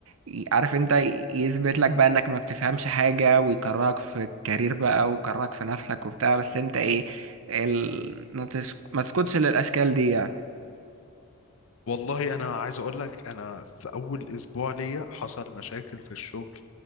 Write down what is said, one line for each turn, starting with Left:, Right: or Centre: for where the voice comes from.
Right: ي- عارف انت ي- يثبت لك بقى انك ما بتفهمش حاجة ويكرهك في الكارير بقى ويكرهك في نفسك وبتاع بس انت ايه ال... ما تسك- ما تسكتش للاشكال دي يعني
Left: والله أنا عايز أقول لك أنا في أول أسبوع ليا حصل مشاكل في الشغل